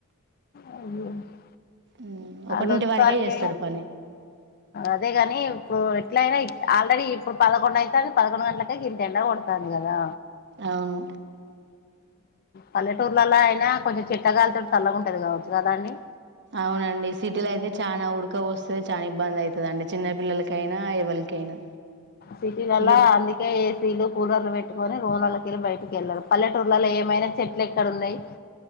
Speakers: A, on the left (about 45°); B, on the right (about 55°).
A: అవును <unintelligible>
B: మ్
A: వాళ్ళచ్చసరకే
B: ఒకటింటి వరకే చేస్తారు పని
A: అదే గాని ఇప్పుడు ఎట్లయినా ఆల్రెడీ ఇప్పుడు పదకొండుయితుంది పదకొండుగంటలకే ఇంతఎండకొడుతాంది కదా
B: అవును
A: పల్లెటూర్లలా అయినా కొంచెం చెట్లగాలితో చల్లగా ఉంటది కావచ్చు కదా అండి
B: అవునండి సిటీలో అయితే చానా ఉడకపోస్తది చాన ఇబ్బంది అయితాది అండి చిన్న పిల్లలకైనా ఎవలికైనా
A: సిటీ లల్లో
B: ఇక
A: అందుకే ఏసీలు కూలర్లు పెట్టుకొని <unintelligible> టోనలాకెళ్ళి బయటికి వెళ్లరు పల్లెటూర్లలో ఏమైనా చెట్లు ఎక్కడ ఉన్నయి